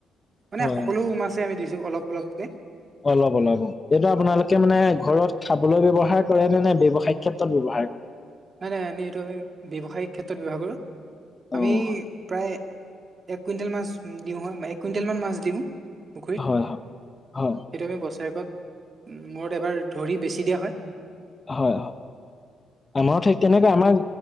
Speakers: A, on the right; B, on the left.
A: মানে
B: হয়
A: সকলো মাছে আমি দিছো অলপ অলপকে।
B: অলপ অলপ অ, এইটো আপোনালোকে মানে ঘৰত খাবলৈ ব্ৱহাৰ কৰে নে নে ব্যৱসায়িক ক্ষেত্ৰত ব্যৱসায়
A: নাই নাই আমি এইটো আমি ব্যৱসায়িক ক্ষেত্ৰত ব্য্ৱহাৰ কৰো।
B: অ',
A: আমি প্ৰায় এক কুইণ্টেল মাছ দিওঁ হয় এক কুইণ্টেল মান মাছ দিওঁ। পুখুৰীত
B: হয় হয় হয়
A: সেইটো আমি বছৰেকত মূৰত এবাৰ ধৰি বেছি দিয়া হয়।
B: হয়। আমাৰো ঠিক তেনেকে আমাৰ